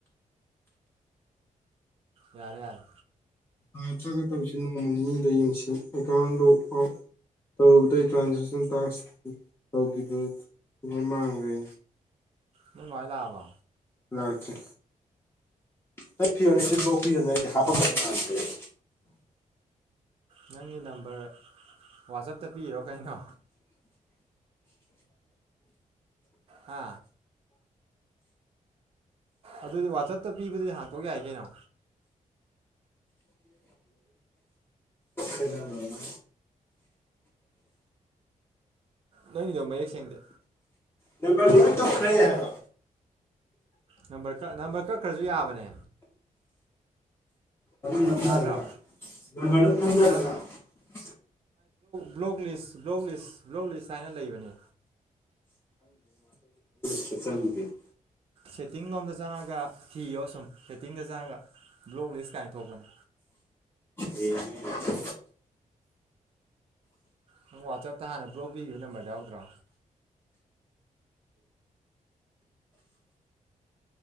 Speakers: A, on the right; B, on the left.
A: ꯌꯥꯔꯦ ꯌꯥꯔꯦ
B: ꯉꯥꯥꯏꯇ꯭ꯔꯒ ꯇꯧꯁꯤ ꯅꯣꯡꯃ ꯅꯤꯅꯤꯗ ꯌꯦꯡꯁꯤ ꯀꯩꯀꯥꯟ ꯂꯣꯛ ꯑꯥꯎ ꯇꯧꯔꯨꯕꯗ ꯇ꯭ꯔꯥꯟꯖꯦꯛꯁꯟ ꯇꯥꯛꯁ ꯇꯧꯈꯤꯕ ꯑꯗꯨ ꯃꯥꯡꯈ꯭ꯔꯦ
A: ꯅꯣꯏ ꯃꯥ ꯍꯣꯏ ꯂꯥꯛꯑꯕꯣ
B: ꯂꯥꯛꯇ꯭ꯔꯤ ꯍꯠ ꯄꯤꯔꯣꯅꯦ ꯁꯤꯠꯐꯥꯎ ꯄꯤꯔꯅꯦ ꯑꯩꯗꯤ ꯍꯥꯄꯛꯀꯅꯣ ꯍꯥꯏꯕꯅꯦ
A: ꯅꯪꯒꯤ ꯅꯝꯕꯔ ꯋꯥꯆꯞꯇ ꯄꯤꯔꯣ ꯀꯩꯅꯣ ꯍꯥ ꯑꯗꯨꯗꯤ ꯋꯥꯆꯞꯇ ꯄꯤꯕꯗꯨꯗꯤ ꯍꯥꯡꯇꯣꯛ ꯌꯥꯏ ꯀꯩꯅꯣ
B: ꯃꯥꯟꯗ꯭ꯔꯦ
A: ꯅꯅꯤꯗꯣ ꯃꯌꯦꯛ ꯁꯦꯡꯗꯦ
B: ꯅꯝꯕꯔꯗꯨ ꯂꯣꯏ ꯀꯛꯈ꯭ꯔꯦ ꯍꯥꯏꯕ
A: ꯅꯝꯕꯔ ꯅꯝꯕꯔ ꯀꯛꯈ꯭ꯔꯁꯨ ꯌꯥꯕꯅꯦ
B: ꯉꯖꯔꯒ
A: ꯇꯥꯗ꯭ꯔꯣ
B: ꯔ ꯅꯖꯔꯒ
A: ꯃꯥ
B: <unintelligible>
A: ꯕ꯭ꯂꯣꯛ ꯂꯤꯁ ꯂꯤꯁ ꯕ꯭ꯂꯣꯛ ꯂꯤꯁ ꯍꯥꯏꯅ ꯂꯩꯕꯅꯤ
B: ꯆ ꯆꯕꯤꯦ <unintelligible>
A: ꯁꯦꯠꯇꯤꯡ ꯂꯣꯝꯗ ꯆꯪꯉꯒ ꯊꯤꯌꯣ ꯁꯨꯝ ꯁꯦꯠꯇꯤꯡꯗ ꯆꯪꯉꯒ ꯕ꯭ꯂꯣꯛ ꯂꯤꯁ ꯀꯥꯏ ꯊꯣꯛꯄꯅꯦ
B: ꯍꯌꯦꯡꯅꯦ
A: ꯅꯪ ꯋꯥꯆꯞꯇ ꯍꯥꯟꯅ ꯕ꯭ꯂꯣꯛ ꯄꯤꯈꯤꯕ ꯅꯝꯕꯔꯗ ꯌꯥꯎꯗ꯭ꯔꯣ